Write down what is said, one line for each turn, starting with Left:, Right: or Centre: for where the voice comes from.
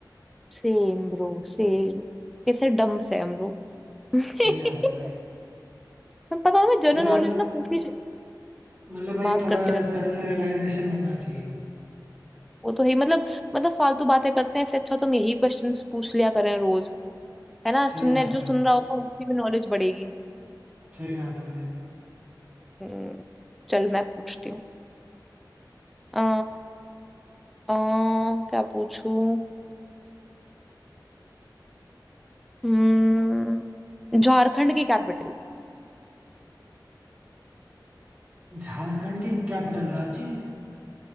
Centre: सेम ब्रो सेम कैसे डम्ब से हम लोग <laughs>
Right: सही बात है भाई
Centre: मैं पता है हमें जनरल
Right: मतलब
Centre: नॉलेज ना पूछनी चाहिए
Right: मतलब भाई
Centre: बात
Right: थोड़ा
Centre: करते रहना
Right: सेल्फ रियलाइजेशन होना चाहिए
Centre: वो तो है ही, मतलब मतलब फालतू बातें करते हैं इससे अच्छा तुम यही क्वेश्चंस पूछ लिया करें रोज है ना सुनने
Right: सही बात है
Centre: जो सुन
Right: भाई
Centre: रहा होगा उसकी भी नॉलेज बढ़ेगी
Right: सही बात है भाई
Centre: हम्म, चल मैं पूछती हूँ आ, आ, क्या पूछूं हम्म, झारखंड की कैपिटल
Right: झारखंड की कैपिटल रांची